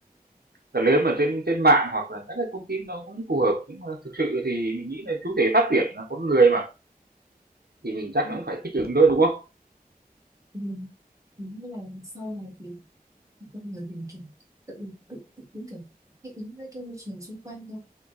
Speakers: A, on the right; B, on the right.
A: cần nếu mà trên trên mạng hoặc là các cái thông tin nó cũng phù hợp nhưng mà thực sự thì mình nghĩ là chủ thể phát triển là con người mà thì mình chắc
B: ừ.
A: nó cũng phải thích ứng thôi đúng không
B: ừ, đúng là sau này thì con người mình kiểu tự tự tự cũng kiểu thích ứng với cái môi trường xung quanh thôi